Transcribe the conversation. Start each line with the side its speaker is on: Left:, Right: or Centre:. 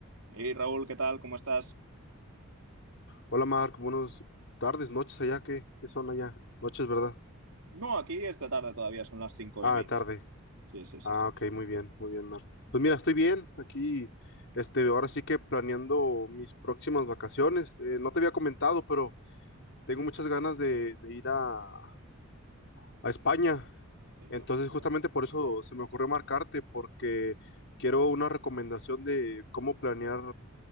Right: Hey Raúl, ¿qué tal? ¿Cómo estás?
Left: Hola Marc, buenas tardes, noches allá, ¿qué, qué son allá? Noches, ¿verdad?
Right: No, aquí esta tarde todavía, son las cinco
Left: Ah,
Right: y veinte.
Left: tarde.
Right: Sí, sí, sí,
Left: Ah,
Right: sí.
Left: ok, muy bien, muy bien, Marc. Pues mira, estoy bien aquí, este, ahora sí que planeando mis próximas vacaciones. Eh, no te había comentado, pero tengo muchas ganas de, de ir a, a España.
Right: ¿Ah, sí?
Left: Entonces,
Right: Ah, qué
Left: justamente
Right: bueno.
Left: por eso se me ocurrió marcarte, porque quiero una recomendación de cómo planear